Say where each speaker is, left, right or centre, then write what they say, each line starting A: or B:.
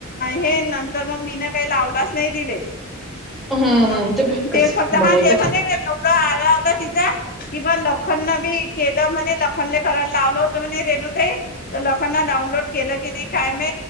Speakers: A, on the left (about 40°); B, in the centre.
A: हे नंतर मग मीन काही लावलाच नाही दिले.
B: हम्म
A: ह
B: हम्म बाय कस
A: ते फक्त
B: बघाय
A: हा ते
B: पाय
A: म्हणे नवरा आला होता तिचा. की बा लखनन बी केलं म्हणे लखनले करायला लावलं होतं म्हणे रेणू ताई. तर लखनना डाऊनलोड केलं की नाही काय मा